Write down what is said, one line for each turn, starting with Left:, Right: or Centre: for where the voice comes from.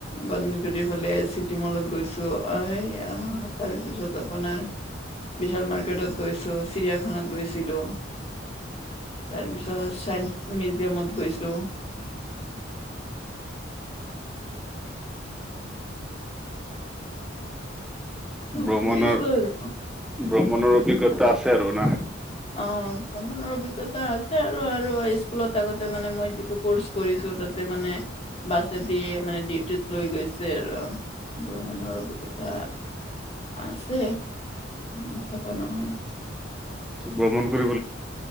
Left: গণে--তিৰ ফালে চিটি মলত গৈছো। <unintelligible> তাৰ পিছত আপোনাৰ বিশাল মাৰ্কেটত গৈছোঁ, চিৰিয়াখানাত গৈছিলোঁ। তাৰ পিছত ছায়েন্ঞ্চ মিউজিয়ামত গৈছিলোঁ।
Centre: ভ্ৰমণৰ
Left: ফুৰিছো আৰু
Centre: ভ্ৰমণৰ অভিজ্ঞতা আছে আৰু না।
Left: অ, ভ্ৰমণৰ অভিজ্ঞতা আছে আৰু আৰু স্কুলত আগতে মানে মই যিটো কৰষ্ কৰিছো। তাতে মানে বাছে দিয়ে মানে ডিউটিত লৈ গৈছে আৰু ভ্ৰমনৰ অভিজ্ঞতা আছে নথকা নহয়।
Centre: ভ্ৰমণ কৰি